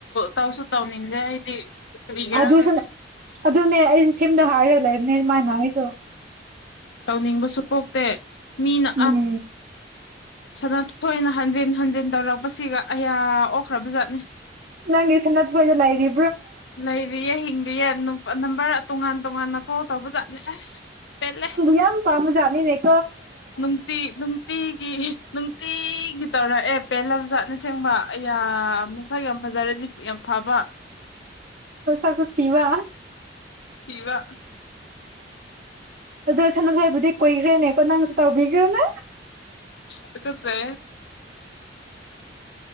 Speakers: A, on the left; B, on the right.
A: ꯇꯧꯁꯨ ꯇꯧꯅꯤꯡꯗꯦ ꯑꯩꯗꯤ ꯀꯔꯤꯒꯦꯔꯥ
B: ꯑꯗꯨꯁꯨ
A: ꯈ
B: ꯑꯗꯨꯅꯦ ꯑꯩꯅ ꯁꯦꯝꯗ ꯍꯥꯏꯔ ꯂꯩꯕꯅꯦ ꯏꯃꯅ ꯑꯩꯁꯨ
A: ꯇꯧꯅꯤꯡꯕꯁꯨ ꯄꯣꯛꯇꯦ ꯃꯤꯅ
B: ꯎꯝ
A: ꯁꯅ ꯊꯣꯏꯅ ꯍꯟꯖꯤꯟ ꯍꯟꯖꯤꯟ ꯇꯧꯔꯛꯄꯁꯤꯒ ꯑꯌꯥ ꯑꯣꯛꯈ꯭ꯔꯕꯖꯥꯠꯅꯦ
B: ꯅꯪꯒꯤ ꯁꯅ ꯊꯣꯏꯗ ꯂꯥꯏꯔꯤ
A: ꯂꯩꯔꯤꯌꯦ ꯍꯤꯡꯗ꯭ꯔꯤꯌꯦ ꯅꯝꯕꯔ ꯇꯣꯉꯥꯟ ꯇꯣꯉꯥꯟꯅ ꯀꯣꯜ ꯇꯧꯕ ꯆꯥꯠꯂ ꯑꯁ ꯄꯦꯜꯂꯦ
B: ꯌꯥꯝ ꯄꯝꯖꯅꯤꯅꯦ
A: ꯅꯨꯡꯇꯤ ꯅꯨꯡꯇꯤꯒꯤ ꯅꯨꯡꯇꯤꯒꯤ ꯇꯧꯔꯛꯑꯦ ꯄꯦ ꯂꯝꯖꯥꯠꯅ ꯁꯦꯡꯕ ꯑ ꯃꯁꯛ ꯌꯥꯝ ꯐꯖꯔꯗꯤ ꯌꯥꯝ ꯐꯕ
B: ꯄꯁꯒ ꯊꯕ
A: ꯤꯕ
B: ꯑꯗꯨꯗꯣ ꯁꯅ ꯍꯣꯏꯕꯨꯗꯤ ꯀꯨꯈ꯭ꯔꯦꯅꯦꯀꯣ ꯅꯪꯁꯨ ꯇꯥꯎꯤꯈ꯭ꯔꯣ ꯅꯪ
A: ꯇ ꯀꯆꯦ